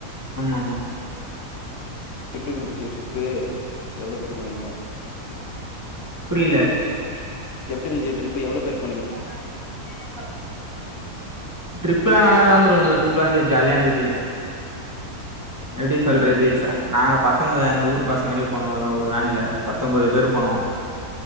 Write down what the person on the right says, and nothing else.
ஆமா மா
புரில
<unintelligible> ட்ரிப்லா நல்லாதா ப்ரோ இந்தது சூப்பராருந்தது ஜாலியா இந்தது எப்டி சொல்றது
ச நாங்கப் பசங்க எங்க ஊர் பசங்க வெளிய போனோ ஒரு வேன்ல பத்தொம்போது பேர் போனோ